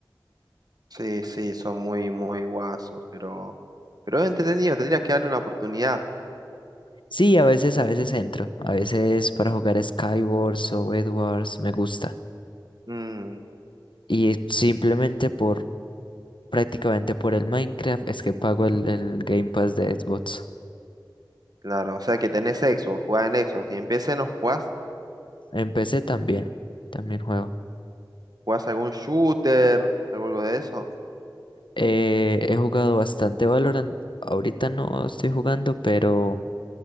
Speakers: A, on the right; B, on the left.
A: sí, sí, son muy, muy guasos, pero, pero es entretenido, tendrías que darle una oportunidad.
B: Sí, a veces, a veces entro. A veces para jugar Skywars o Edwards me gusta.
A: Mm,
B: Y simplemente por, prácticamente por el Minecraft es que pago el, el Game Pass de Xbox.
A: claro, o sea que tenés Xbox, jugás en Xbox y en PC no jugás,
B: En PC también, también juego.
A: jugás algún shooter, algo de eso.
B: Eh, he jugado bastante Valorant. Ahorita no estoy jugando, pero,